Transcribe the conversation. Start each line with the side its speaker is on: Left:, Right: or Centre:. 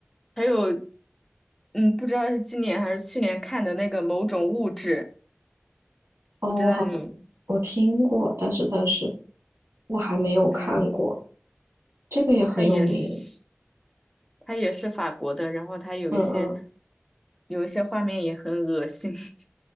Centre: 还有，嗯，不知道是今年还是去年看的那个某种物质，
Right: 哦，
Centre: 我知道你，
Right: 我好像我听过，但是但是我还没有看过，
Centre: 嗯。
Right: 这个也很有名。
Centre: 他也是，他也是法国的，然后他有一些
Right: 嗯嗯
Centre: 有一些画面也很恶心，<laughs>